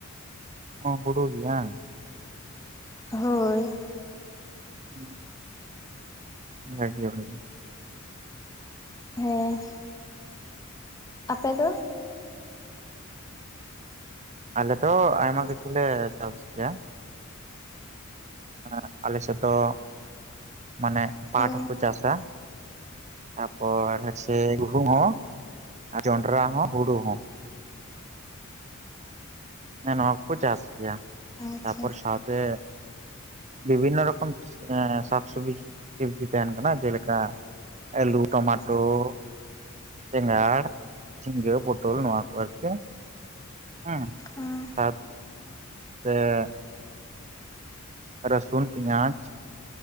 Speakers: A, on the right; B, on the left.
A: ᱦᱚᱸ ᱦᱩᱲᱩ ᱜᱮ ᱵᱟᱝ
B: ᱦᱳᱭ
A: ᱦᱩᱸ ᱵᱷᱟᱜᱽᱜᱚ ᱵᱷᱟᱜᱤ
B: ᱦᱮᱸ ᱟᱯᱮ ᱫᱚ
A: ᱟᱞᱮ ᱫᱚ ᱟᱭᱢᱟ ᱠᱤᱪᱷᱩᱞᱮ ᱪᱟᱥ ᱜᱮᱭᱟ ᱦᱮᱸ, ᱟᱞᱮᱥᱮᱫ ᱫᱚ ᱢᱟᱱᱮ ᱯᱟᱴ
B: ᱚ
A: ᱦᱚᱸᱠᱚ ᱪᱟᱥᱟ ᱛᱟᱯᱚᱨ ᱟᱪᱷᱮ ᱜᱩᱦᱩᱢ ᱦᱚᱸ, ᱡᱚᱸᱰᱨᱟ ᱦᱚᱸ, ᱦᱩᱲᱩ ᱦᱚᱸ ᱦᱮᱸ ᱱᱚᱣᱟ ᱠᱚᱠᱚ ᱪᱟᱥ ᱜᱮᱭᱟ
B: ᱟᱪᱪᱷᱟ
A: ᱛᱟᱯᱚᱨ ᱥᱟᱶᱛᱮ, ᱵᱤᱵᱷᱤᱱᱱᱚ ᱨᱚᱠᱚᱢ ᱥᱟᱠᱥᱚᱵᱽᱡᱤ ᱥᱚᱵᱽᱡᱤ ᱛᱟᱦᱮᱱ ᱠᱟᱱᱟ ᱡᱮᱞᱮᱠᱟ ᱟᱞᱩ, ᱴᱚᱢᱟᱴᱳ ᱵᱮᱸᱜᱟᱲ, ᱡᱷᱤᱸᱜᱟᱹ ᱯᱚᱴᱚᱞ, ᱱᱚᱣᱟ ᱠᱚ ᱟᱨᱠᱤ ᱦᱩᱸ
B: ᱦᱮᱸ
A: <unintelligible> ᱥᱮ ᱨᱟᱥᱩᱱ, ᱯᱤᱸᱭᱟᱡᱽ